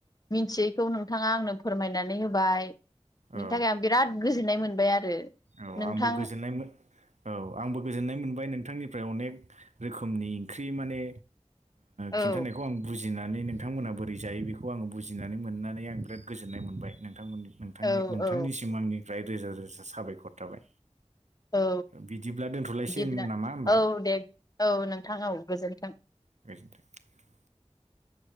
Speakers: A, on the left; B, on the right.
A: मिथियैखौ नोंथाङा आंनो फोरमायनानै होबाय बिनि
B: औ
A: थाखाय आं बिराद गोजोननाय मोनबाय आरो
B: औ
A: नोंथां
B: आंबो गोजोननाय औ आंबो गोजोननाय मोनबाय नोंथांनि अनेक रोखोमनि ओंख्रि माने
A: औ
B: खिन्थानायखौ आं बुजि बुजिनानै नोंथांमोना बोरै जायो बेखौ आङो बुजिनानै मोननानै आं बिराद गोजोननाय मोनबाय नोंथांमोननि नोंथांनि
A: औ
B: नोंथांनि
A: औ
B: सिमांनिफ्राय रोजा रोजा साबायखर थाबाय।
A: <unintelligible> औ
B: बिदिब्ला दोनथ'लायसै
A: बिदिब्लाब्ला
B: नामा होमबा
A: औ दे औ नोंथां औ गोजोन्थों
B: गोजिनथों।
A: <unintelligible>